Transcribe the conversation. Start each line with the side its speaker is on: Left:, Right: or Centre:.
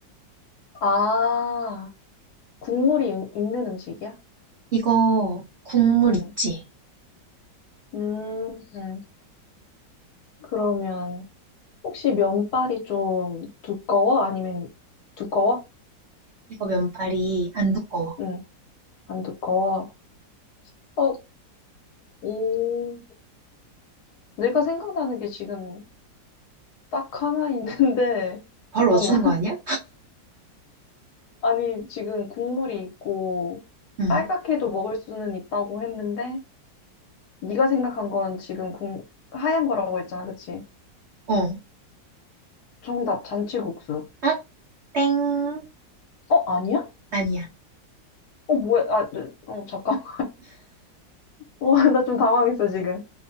Left: 아, 국물이 음- 있는 음식이야?
Right: 이거 국물
Left: 응.
Right: 있지?
Left: 음, 음. 그러면, 혹시 면발이 좀 두꺼워? 아니면 두꺼워?
Right: 이거 면발이 안 두꺼워.
Left: 응, 안 두꺼워. 어, 오, 내가 생각나는 게 지금 딱 하나 있는데, <laughs>
Right: 바로
Left: 잠깐만.
Right: 맞추는 거 아니야?
Left: 아니, 지금 국물이 있고
Right: 응.
Left: 빨갛게도 먹을 수는 있다고 했는데 네가 생각한 건 지금 공, 하얀 거라고 했잖아, 그치?
Right: 어.
Left: 정답, 잔치국수.
Right: 어? 땡.
Left: 어, 아니야?
Right: 아니야.
Left: 어, 뭐야? 아, 네, 어, 잠깐. <laughs> 와, 나 좀 당황했어, 지금.